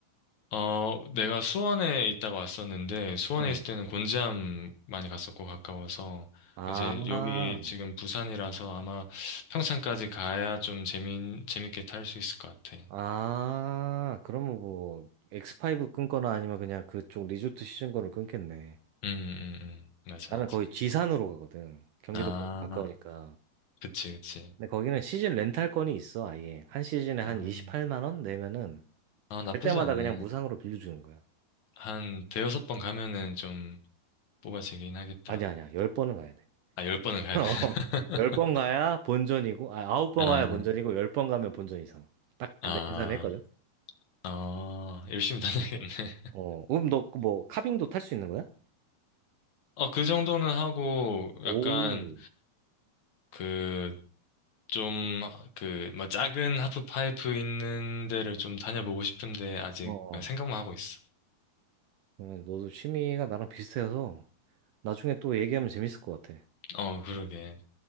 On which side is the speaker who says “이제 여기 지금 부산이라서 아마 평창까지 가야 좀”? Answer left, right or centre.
Left